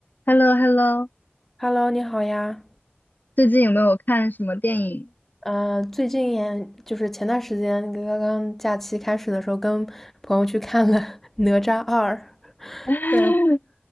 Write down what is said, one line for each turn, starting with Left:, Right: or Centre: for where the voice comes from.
Left: h e l l o h e l l o
Centre: Hello，你好呀。
Left: 最近有没有看什么电影？
Centre: 呃，最近也就是前段时间刚刚假期开始的时候，跟朋友去看了《哪吒二》，
Left: <laughs>
Centre: 然后